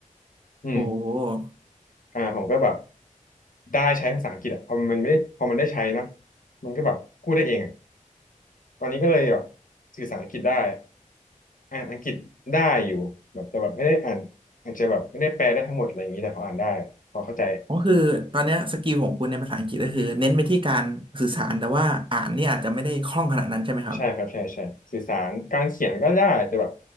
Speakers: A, on the left (about 80°); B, on the right (about 40°).
A: อืม
B: โอ้
A: อ่าผมก็แบบ ได้ใช้ภาษาอังกฤษอะพอมันไม่ได้พอมันได้ใช้นะมันก็แบบพูดได้เองอะตอนนี้ก็เลยแบบสื่อสารอังกฤษได้อ่านอังกฤษได้อยู่แบบแต่แบบไม่ได้อ่านอาจจะแบบไม่ได้แปลได้ทั้งหมดอะไรอย่างนี้แต่พออ่านได้พอเข้าใจ
B: ก็คือตอนเนี้ยสกิลของคุณในภาษาอังกฤษก็คือเน้นไปที่การสื่อสารแต่ว่าอ่านเนี่ยอาจจะไม่ได้คล่องขนาดนั้นใช่ไหมครับ
A: ใช่ครับใช่ใช่สื่อสารการเขียนก็ได้แต่แบบ